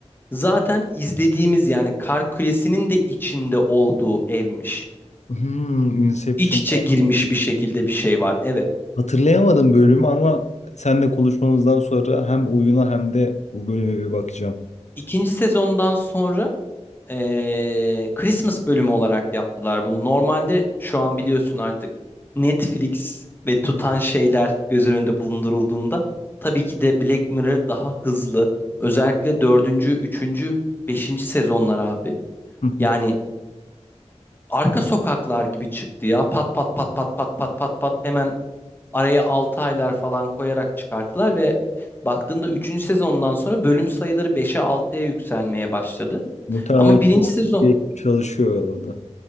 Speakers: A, on the left; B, on the left.
A: zaten izlediğimiz yani kar küresinin de içinde olduğu evmiş.
B: Hmm, Inception.
A: İç içe girmiş bir şekilde bir şey var. Evet.
B: Hatırlayamadım bölümü ama seninle konuşmamızdan sonra hem oyuna hem de bu bölüme bir bakacağım.
A: İkinci sezondan sonra e, Christmas bölümü olarak yaptılar bunu. Normalde şu an biliyorsun artık Netflix ve tutan şeyler göz önünde bulundurulduğunda tabii ki de Black Mirror daha hızlı. Özellikle dördüncü, üçüncü, beşinci sezonlar abi.
B: Hı hı.
A: Yani arka sokaklar gibi çıktı ya. Pat pat pat pat pat pat pat pat hemen araya 6 aylar falan koyarak çıkarttılar ve baktığında üçüncü sezondan sonra bölüm sayıları beşe altıya yükselmeye başladı.
B: Muhtemelen
A: Ama birinci
B: çok
A: sezon
B: büyük bir ekip çalışıyor orada.